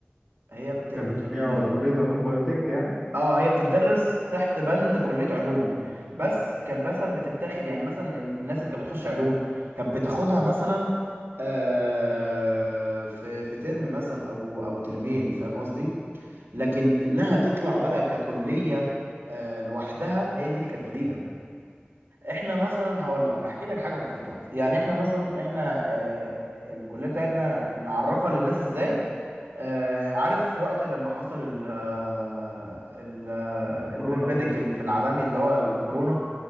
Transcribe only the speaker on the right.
هي بت...
بت... بت...
اه هي بتدرس تحت بند كلية علوم بس كانت مثلا بتتاخد يعني مثلا ال- الناس اللي كانت بتخش علوم كانت بتاخدها مثلا آه، في في ترم مثلا او او ترمين فاهم قصدي لكن انها تطلع بقى ككلية آه، لوحدها هي دي اللي كانت جديدة احنا مثلا هقول لك هحكي لك حاجه بسيطه يعني احنا مثلا احنا آه، الكليه بتاعتنا نعرفها للناس ازاي آه، عارف وقت لما حصل ال آه، ال آه،
البرميديك
اللي في العالمي اللي هو الكورونا